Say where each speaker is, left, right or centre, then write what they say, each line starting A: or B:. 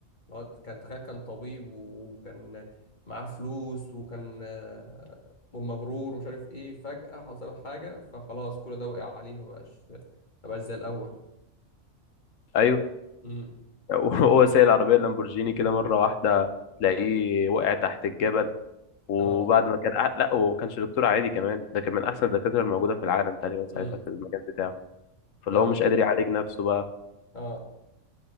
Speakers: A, on the left (about 35°); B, on the left (about 80°).
A: اللي هو كان تخيل كان طبيب وكان معاه فلوس وكان آه، مغرور ومش عارف ايه فجأة حصل حاجة فخلاص كل ده وقع عليه ما بقاش ما بقاش زي الأول
B: ايوه
A: امم
B: <laughs> وهو سايق العربيه اللامبورجيني كده مره واحده تلاقيه وقع تحت الجبل وبعد
A: اه
B: ما كان أح... لا هو ما كانش دكتور عادي كمان ده كان من احسن الدكاتره الموجوده في العالم تقريبا ساعتها
A: امم
B: في المجال بتاعه فاللي
A: كان
B: هو مش قادر يعالج نفسه بقى
A: اه